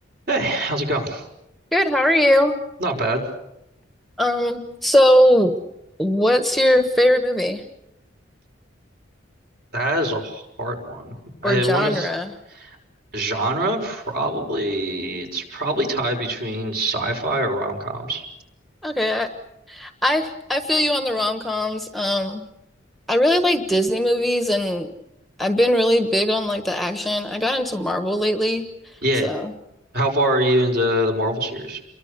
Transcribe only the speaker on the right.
Hey, how's it going?
Not bad.
That is a hard one. I
one is genre, probably it's probably tied between sci-fi or rom-coms.
Yeah.
How far are you into the Marvel series?